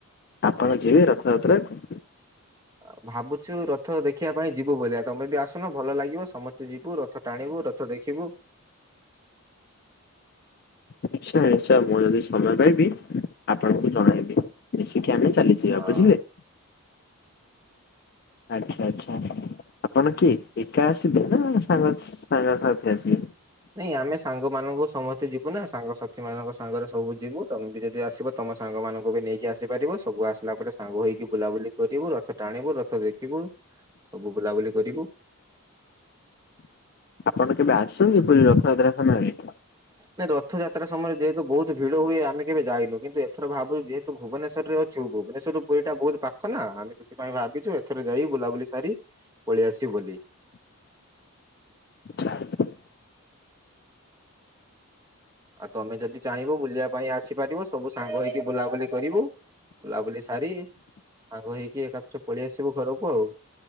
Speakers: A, on the left; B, on the right.
A: ଆପଣ ଯିବେ ରଥଯାତ୍ରାକୁ?
B: ଆ ଭାବୁଛୁ ରଥ ଦେଖିବା ପାଇଁ ଯିବୁ ବୋଲି ଆ ତମେ ବି ଆସୁନ ଭଲ ଲାଗିବ ସମସ୍ତେ ଯିବୁ ରଥ। ଟାଣିବୁ ରଥ ଦେଖିବୁ।
A: ନିଶ୍ଚୟ ନିଶ୍ଚୟ ମୁଁ ଯଦି ସମୟ ପାଇବି ଆପଣଙ୍କୁ ଜଣେଇବି ମିଶିକି ଆମେ ଚାଲି ଯିବା
B: ହଁ।
A: ବୁଝିଲେ। ଆଚ୍ଛା ଆଚ୍ଛା। ଆପଣ କିଏ ଏକା ଆସିବେ ନା ସାଙ୍ଗ ସାଙ୍ଗ ସାଥି ଆସିବେ?
B: ନାଇଁ ଆମେ ସାଙ୍ଗମାନଙ୍କୁ ସମସ୍ତେ ଯିବୁ ନା ସାଙ୍ଗସାଥି ମାନଙ୍କ ସାଙ୍ଗରେ ସବୁ ଯିବୁ ତମେ ବି ଯଦି ଆସିବ। ତମ ସାଙ୍ଗମାନଙ୍କୁ ବି ନେଇକି ଆସିପାରିବ ସବୁ ଆସିଲା ପରେ ସାଙ୍ଗ ହେଇକି ବୁଲାବୁଲି କରିବୁ ରଥ ଟାଣିବୁ ରଥ ଦେଖିବୁ। ସବୁ ବୁଲାବୁଲି କରିବୁ।
A: ଆପଣ କେବେ ଆସିଛନ୍ତି ପୁରୀ ରଥଯାତ୍ରା ସମୟ ରେ?
B: ନାଇଁ ରଥଯାତ୍ରା ସମୟରେ ଯେହେତୁ ବହୁତ ଭିଡ ହୁଏ ଆମେ କେବେ ଯାଇନୁ କିନ୍ତୁ ଏଥର ଭାବୁଚୁ ଯେ ତୁ ଭୁବନେଶ୍ବରରେ ଅଛୁ ଭୁବନେଶ୍ୱରରୁ ପୁରୀ ଟା ବହୁତ ପାଖ ନା ଆମେ ସେଥିପାଇଁ ଭାବିଛୁ ଏଥର ଯାଇ ବୁଲାବୁଲି ସାରି ପଳେଇ ଆସିବୁ ବୋଲି।
A: ଚ୍ଛା
B: ଆଉ ତମେ ଯଦି ଚାହିଁବ ବୁଲିବା ପାଇଁ ଆସିପାରିବ ସବୁ ସାଙ୍ଗ ହେଇକି ବୁଲାବୁଲି କରିବୁ। ବୁଲାବୁଲି ସାରି ସାଙ୍ଗ ହେଇକି ଏକାଥରେ ପଳେଇ ଆସିବୁ ଘରକୁ ଆଉ।